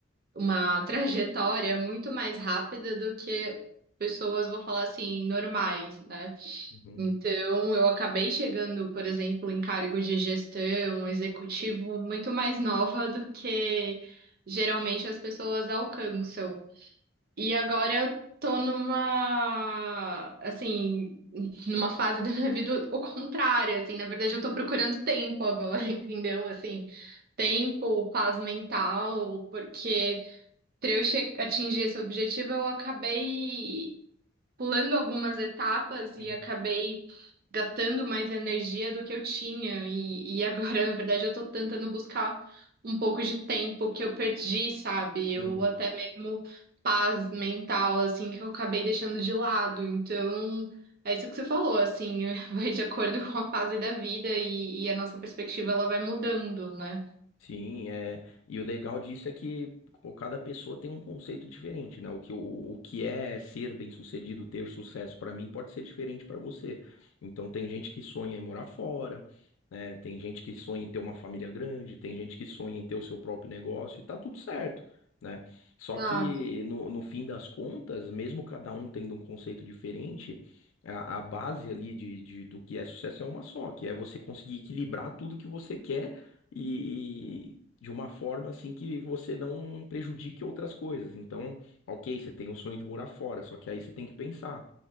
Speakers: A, on the right; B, on the left.
A: uma trajetória muito mais rápida do que pessoas, vou falar assim, normais, né?
B: Uhum,
A: Então, eu acabei chegando, por exemplo, em cargos de gestão, executivo, muito mais nova do que geralmente as pessoas alcançam. E agora eu tô numa, assim, numa fase da minha vida o contrário, assim, na verdade eu tô procurando tempo agora, <laughs> entendeu? Assim, tempo, paz mental, porque para eu che- atingir esse objetivo, eu acabei pulando algumas etapas
B: uhum,
A: e acabei gastando mais energia do que eu tinha. E, e agora, <laughs> na verdade, eu tô tentando buscar um pouco de tempo que eu perdi, sabe?
B: uhum.
A: Ou até mesmo paz mental, assim, que eu acabei deixando de lado. Então, é isso que você falou, assim, <laughs> vai de acordo com a fase da vida e, e a nossa perspectiva ela vai mudando, né?
B: Sim, é. E o legal disso é que pô, cada pessoa tem um conceito diferente, né? O que, o, o que é ser bem-sucedido, ter sucesso para mim pode ser diferente para você. Então tem gente que sonha em morar fora, né? Tem gente que sonha em ter uma família grande, tem gente que sonha em ter o seu próprio negócio e tá tudo certo, né? Só
A: Exato.
B: que no, no fim das contas, mesmo cada um tendo um conceito diferente, a, a base ali de, de- do que é sucesso é uma só, que é você conseguir equilibrar tudo que você quer e, e de uma forma assim que você não prejudique outras coisas. Então, ok, você tem o sonho de morar fora, só que aí você tem que pensar.